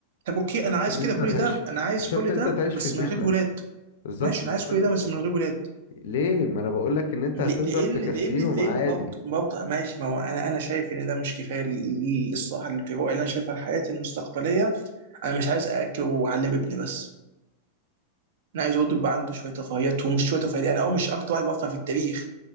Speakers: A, on the right; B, on the left.
A: طب اوكي
B: مش شرط
A: انا عايز
B: ان
A: كده
B: انت
A: كل
B: تعيش
A: ده انا عايز
B: مش شرط
A: كل
B: ان
A: ده
B: انت تعيش
A: بس
B: في فيلا
A: من غير ولاد
B: بالظبط
A: ماشي
B: مش
A: انا عايز
B: شرط
A: كل ده
B: انت
A: بس من غير ولاد
B: ليه ما انا بقولك ان انت
A: ل-
B: هتقدر
A: لان
B: تكفيهم
A: لان لان
B: عادي
A: برضه برضه ماشي ما هو انا انا شايف ان ده مش كفايه لل- للصراحه اللي في الرؤيه اللي انا شايفها حياتي المستقبليه انا مش عايز اكل واعلم ابني بس انا عايز برضه يبقى عنده شويه رفاهيات ومش شويه رفاهيات انا اه مش اكتر واحد بوفر في التاريخ